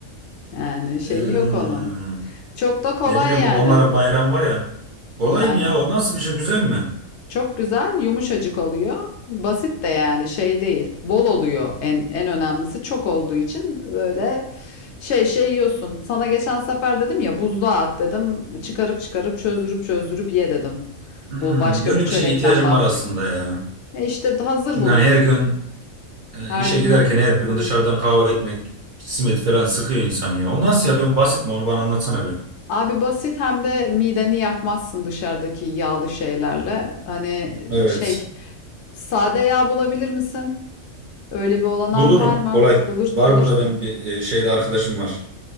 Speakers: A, on the left; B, on the right.
A: Yani şey
B: Hmm.
A: yok onun. Çok da kolay
B: Ne bileyim
A: yani.
B: bu onların bayramı var ya. Olay
A: Yani.
B: mı ya o nasıl bir şey güzel mi?
A: Çok güzel, yumuşacık oluyor. Basit de yani şey değil. Bol oluyor en en önemlisi çok olduğu için böyle şey şey yiyorsun. Sana geçen sefer dedim ya buzluğa at dedim. Çıkarıp çıkarıp çözdürüp çözdürüp ye dedim.
B: Hmm,
A: Bu başka
B: öyle
A: bir çörekten
B: bir şeye ihtiyacım
A: bahsettim.
B: var aslında ya.
A: E işte hazır
B: Çünkü
A: bulunsun.
B: hani her gün e,
A: Her
B: işe
A: gün
B: giderken
A: yap.
B: her gün
A: Hmm.
B: dışarıdan kahve etmek, simit falan sıkıyor insanı ya. O nasıl ya ben basit mi onu bana anlatsana bir.
A: Abi basit hem de mideni yakmazsın dışarıdaki yağlı şeylerle. Hani
B: Evet.
A: şey sade yağ bulabilir misin? Öyle bir olanağın
B: Bulurum
A: var mı?
B: kolay.
A: Bulur,
B: Var
A: bulursun.
B: burada benim bir e, şeyde arkadaşım var.